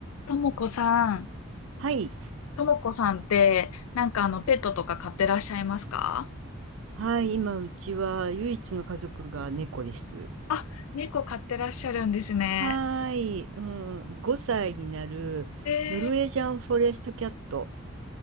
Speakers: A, on the left; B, on the right.
A: ともこさん、
B: はい。
A: ともこさんって、なんかあの、ペットとか飼ってらっしゃいますか
B: はい。今、うちは唯一の家族が猫です。
A: あ、猫飼ってらっしゃるんですね。
B: はーい。うん。5歳になるノルウェージャンフォレストキャット
A: えー、